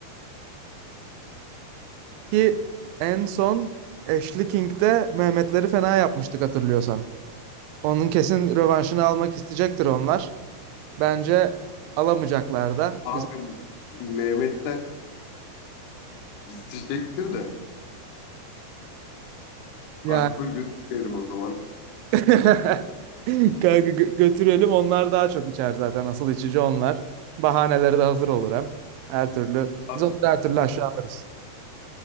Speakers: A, on the right; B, on the left.
A: Ki en son Ashley King'de Mehmetleri fena yapmıştık hatırlıyorsan. Onun kesin rövanşını almak isteyecektir onlar. Bence alamayacaklar da.
B: Abi
A: Biz
B: Mehmetler isteyecektir de
A: yani
B: alkol götürmeyelim o zaman.
A: <laughs> kanka gö- götürelim onlar daha çok içer zaten. Asıl içici onlar. Bahaneleri de hazır olur hem. Her türlü
B: Abi
A: biz onu da her türlü aşağı alırız.